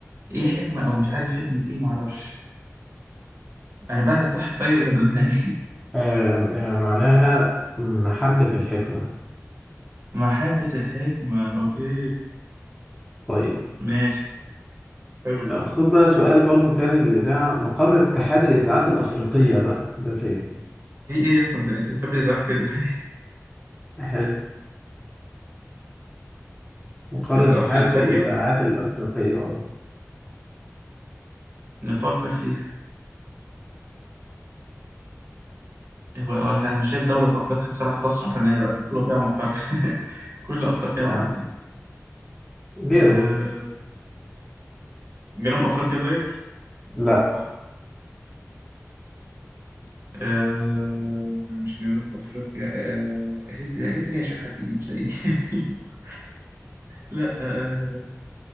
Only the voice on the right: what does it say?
ايه حكمه او مش عارف حكمه ايه معرفش انا بقى بتصحي طيب ولا <laughs> أنا ايه
محبه الحكمه اوكي
ماشي حلو
والله.
في ايه اصلا انت أنت بتحب الاذاعات كده <laughs>
الافريقيه
نفكر فيها هو هو انا مش شايف دوله في افريقيا بصراحه تصلح ان هي يبقى يحطوا له فيها مقر <laughs> كل افريقيا بقى
آه، جنوب أفريقيا طيب
آه، مش جنوب أفريقيا آه، أريت- أريتريا شحاتين مش لاقيين <laughs> لا آه،